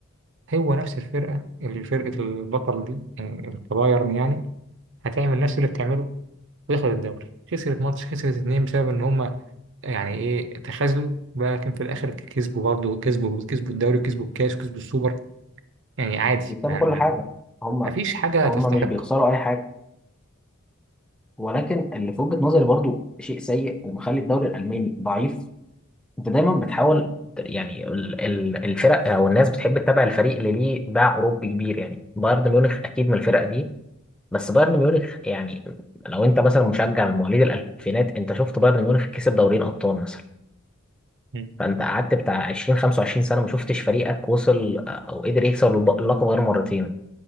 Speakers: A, on the right; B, in the centre.
A: هو نفس الفرقه اللي فرقه البطل دي يعني البايرن يعني هتعمل نفس اللي بتعمله وياخد الدوري خسرت ماتش خسرت اتنين بسبب ان هم يعني ايه تخاذلوا بقى لكن في الاخر كسبوا برضه كسبوا كسبوا الدوري وكسبوا الكاس وكسبوا السوبر يعني عادي
B: بيكسبوا
A: ما, ما
B: كل حاجه هم
A: ما فيش حاجة
B: هم
A: تستحق
B: مش بيخسروا اي حاجه ولكن اللي في وجهه نظري برضو شيء سيء ومخلي الدوري الالماني ضعيف انت دايما بتحاول يعني ال- ال- الفرق او الناس بتحب تتابع الفريق اللي ليه باع اوروبي كبير يعني بايرن ميونخ اكيد من الفرق دي بس بايرن ميونخ يعني لو انت مثلا مشجع من مواليد الالفينات انت شفت بايرن ميونخ كسب دورين ابطال مثلا
A: مم.
B: فانت قعدت بتاع 20 25 سنه ما شفتش فريقك وصل آه، او قدر يكسب الب- اللقب غير مرتين